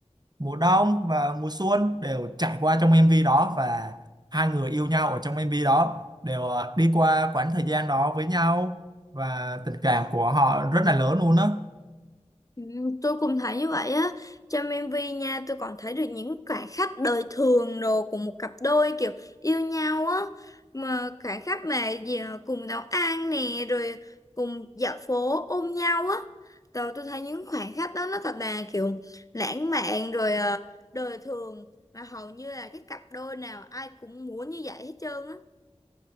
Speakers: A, on the right; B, on the left.
A: mùa đông và mùa xuân đều trải qua trong MV đó và hai người yêu nhau ở trong MV đó đều ờ, đi qua quãng thời gian đó với nhau và tình cảm của họ rất là lớn luôn á
B: Ừ, tôi cũng thấy như vậy á trong MV nha tôi còn thấy được những khoảnh khắc đời thường đồ của một cặp đôi kiểu yêu nhau á mà khoảnh khắc mà gì à, cùng nấu ăn nè rồi cùng dạo phố ôm nhau á rồi tôi thấy những khoảnh khắc đó nó thật là kiểu lãng mạn rồi à, đời thường mà hầu như là cái cặp đôi nào ai cũng muốn như vậy hết trơn á